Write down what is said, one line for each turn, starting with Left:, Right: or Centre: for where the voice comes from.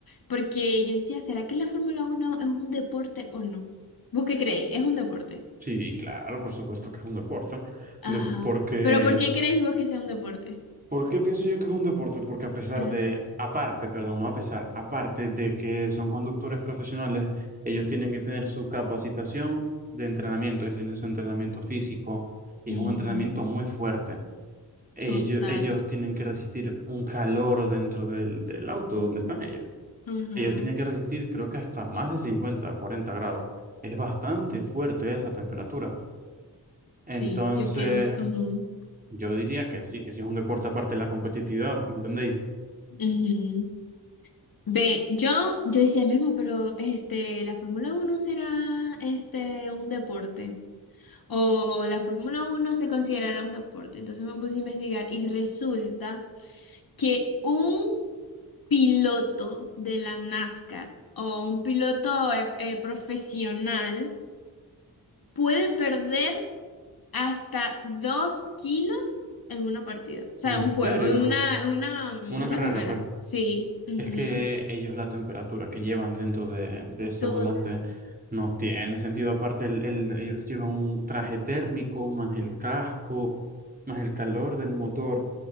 Left: Porque yo decía, ¿será que la Fórmula Uno es un deporte o no? ¿Vos qué creéis? ¿Es un deporte?
Right: Sí, claro, por supuesto que es un deporte.
Left: Ajá.
Right: Lo que- Porque,
Left: ¿Pero por qué creéis vos que sea un deporte?
Right: ¿por qué pienso yo que es un deporte? Porque a pesar
Left: Ajá.
Right: de, aparte, perdón, no a pesar, aparte de que son conductores profesionales, ellos tienen que tener su capacitación de entrenamiento, ellos tienen su entrenamiento físico y
Left: Ujú.
Right: es un entrenamiento muy fuerte. Ellos,
Left: Total.
Right: ellos tienen que resistir un calor dentro del, del auto
Left: Ajá.
Right: donde están ellos.
Left: Ujú.
Right: Ellos tienen que resistir, creo que hasta más de 50 40 grados. Es bastante fuerte esa temperatura. Entonces,
Left: Sí, yo quedé. ujú,
Right: yo diría que sí, que sí es un deporte aparte de la competitividad, ¿me entendéis?
Left: ujú. Ve, yo, yo decía mismo, pero este, la Fórmula uno será este un deporte. O la Fórmula uno se considerará un deporte. Entonces me puse a investigar y resulta que un piloto de la NASCAR o un piloto eh, eh, profesional puede perder hasta dos kilos en una partida. O sea,
Right: ¿En
Left: en un
Right: serio?
Left: juego, en una, en una, en
Right: Una
Left: una
Right: carrera,
Left: carrera.
Right: pues.
Left: Sí. ujú.
Right: Es que ellos la temperatura que llevan dentro de, de ese
Left: Total.
Right: volante no tiene sentido. Aparte, el, el- ellos llevan un traje térmico, más el casco, más el calor del motor.